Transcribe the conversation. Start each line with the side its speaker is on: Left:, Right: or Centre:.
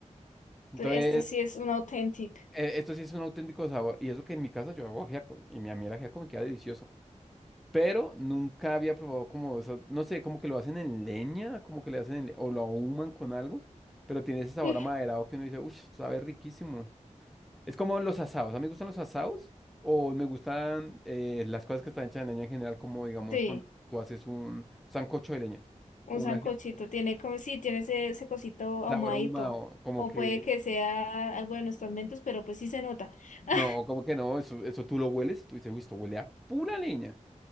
Centre: Entonces,
Left: Este sí es un auténtico.
Centre: eh, esto sí es un auténtico sabor. Y eso que en mi casa yo hago ajiaco. Y mi- a mí el ajiaco me queda delicioso. Pero nunca había probado como eso. No sé, como que lo hacen en leña, como que le hacen en le- o lo ahuman con algo. Pero tiene ese sabor
Left: <laughs>
Centre: amaderado que uno dice, uff, sabe riquísimo. Es como los asados. A mí me gustan los asados. O me gustan eh, las cosas que están hechas en leña en general, como digamos
Left: Sí,
Centre: cuando tú haces un sancocho de leña.
Left: un
Centre: O un
Left: sancochito.
Centre: ajiaco de leña.
Left: Tiene como, sí, tiene ese, ese cosito ahumadito.
Centre: Sabor ahumado. Como
Left: O
Centre: que.
Left: puede que sea algo de nuestros mentos, pero pues sí se nota. <laughs>
Centre: No, como que no. Eso, eso tú lo hueles y tú dices, uy, esto huele a pura leña.